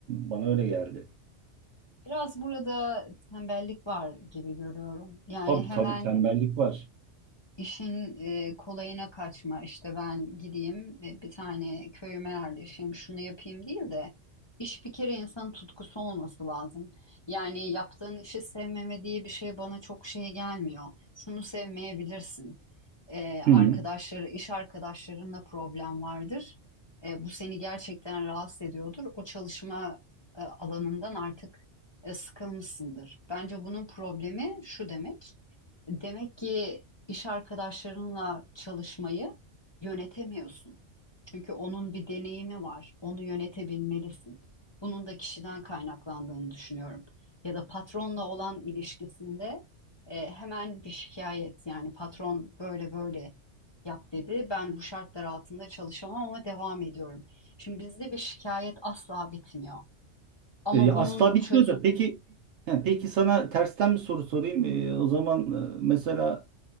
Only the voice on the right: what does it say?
bana öyle geldi.
Tabii
tabii tembellik var.
Hı.
E,
asla
bitmiyor da peki he, peki sana tersten bir soru sorayım. E, o zaman e, mesela